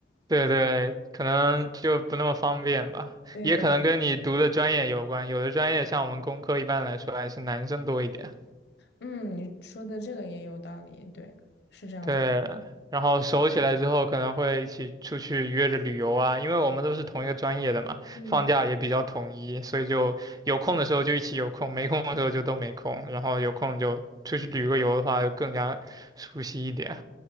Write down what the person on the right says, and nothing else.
对对，可能就不那么方便吧，
也可能跟你读的专业有关。有的专业像我们工科，一般来说还是男生多一点。
对，然后熟起来之后，可能会一起出去约着旅游啊，因为我们都是同一个专业的嘛，
放假也比较统一，所以就有空的时候就一起有空，没空的时候就都没空，然后有空就出去旅个游的话，就更加熟悉一点。